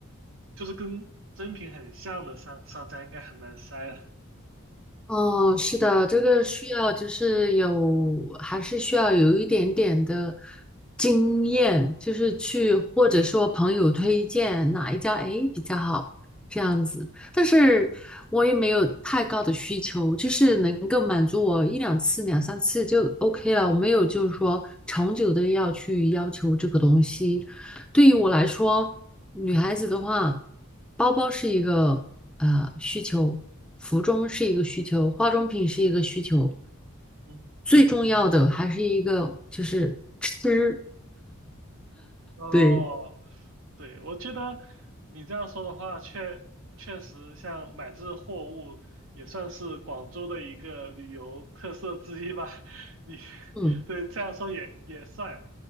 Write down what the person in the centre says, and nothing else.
哦，是的，这个需要就是有，还是需要有一点点的经验，就是去或者说朋友推荐哪一家诶比较好这样子。
但是我也没有太高的需求，就是能够满足我一两次、两三次就 OK 了。我没有就是说长久的要去要求这个东西，对于我来说，女孩子的话，包包是一个呃需求，服装是一个需求，化妆品是一个需求，
最重要的还是一个就是吃。
对，
嗯，